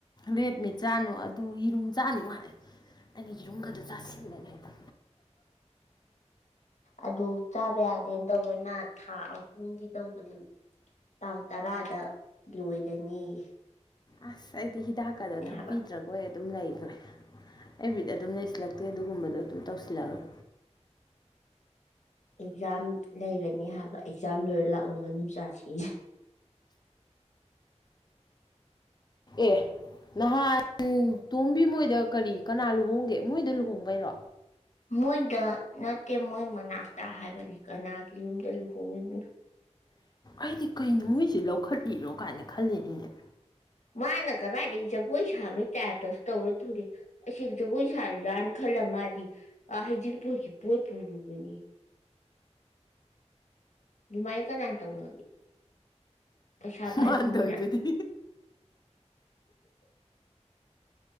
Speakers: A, on the left; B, on the left.
A: ꯔꯦꯠ ꯃꯤꯠ ꯆꯥꯅꯨ ꯇꯨ ꯌꯦꯔꯨꯝ ꯆꯥꯅꯨ ꯍꯥꯏ ꯑꯩꯅ ꯌꯦꯔꯨꯝꯒꯗꯣ ꯆꯥꯁꯤꯜꯂ ꯂꯩꯕ
B: ꯑꯗꯨ ꯆꯥꯕ ꯌꯥꯗꯦꯅ ꯇꯧꯕꯩ ꯃꯥ ꯊꯥ ꯑꯍꯨꯝꯒꯤ ꯇꯧꯕꯅꯤ ꯇꯥꯡ ꯇꯔꯥꯗ ꯂꯣꯏꯔꯅꯤꯌꯦ
A: ꯑꯁ ꯑꯩꯗꯤ ꯍꯤꯗꯥꯛꯀꯗꯣ ꯊꯛꯄꯤꯗ꯭ꯔꯒꯣꯏ
B: ꯍꯥꯏꯕ
A: ꯑꯗꯨꯝ ꯂꯩꯈ꯭ꯔꯦ ꯑꯩ ꯕꯤꯠ ꯑꯗꯨꯝ ꯂꯩꯁꯤ ꯁꯤꯜꯂꯛꯇꯦ ꯑꯗꯨꯒꯨꯝꯕꯗꯣ ꯑꯗꯨꯝ ꯇꯧꯁꯤꯜꯂꯛꯒ
B: ꯑꯦꯛꯖꯥꯝ ꯂꯩꯔꯅꯤ ꯍꯥꯏꯕ ꯑꯦꯛꯖꯥꯝ ꯂꯣꯏꯔ ꯂꯥꯛꯑꯣ ꯉꯥꯅꯨꯨ ꯆꯥꯁꯤ
A: ꯑꯦ ꯅꯍꯥꯟ ꯇꯣꯝꯕꯤ ꯃꯣꯏꯗ ꯀꯔꯤ ꯀꯅꯥ ꯂꯨꯍꯣꯡꯒꯦ ꯃꯣꯏꯗ ꯂꯨꯍꯣꯡꯕꯩꯔꯣ
B: ꯃꯣꯏꯗ ꯅꯠꯇꯦ ꯃꯣꯏ ꯃꯅꯥꯛꯇ ꯍꯥꯏꯕꯅꯤ ꯀꯅꯥꯒꯤ ꯌꯨꯝꯗ ꯂꯨꯍꯣꯡꯉꯤꯝꯅꯣ
A: ꯑꯩꯗꯤ ꯀꯩꯅꯣ ꯃꯣꯏꯁꯦ ꯂꯧꯈꯠꯂꯤꯔꯣ ꯀꯥꯏꯅ ꯈꯜꯂꯦꯅꯤꯅꯦ
B: ꯃꯥꯅ ꯀꯔꯥꯏꯗꯩꯩ ꯖꯒꯣꯏ ꯁꯥꯕꯩ ꯇꯥꯏꯞꯇꯁꯨ ꯇꯧꯔ ꯊꯣꯛꯂꯛ ꯑꯦ ꯑꯁꯤꯗ ꯖꯒꯣꯏ ꯁꯥꯔꯤꯔꯥꯅ ꯈꯜꯂ ꯃꯥꯗꯤ ꯑ ꯍꯩꯖꯤꯡꯄꯣꯏꯒꯤ ꯄꯣꯠ ꯄꯨꯔꯨꯕꯅꯤ ꯗꯨꯃꯥꯏ ꯀꯅꯥ ꯇꯧꯅꯒꯦ ꯄꯩꯁꯥ ꯄꯥꯏꯕ
A: ꯃꯥꯥꯟꯅ
B: ꯃꯤꯅ
A: ꯇꯧꯋꯤꯗꯨꯗꯤ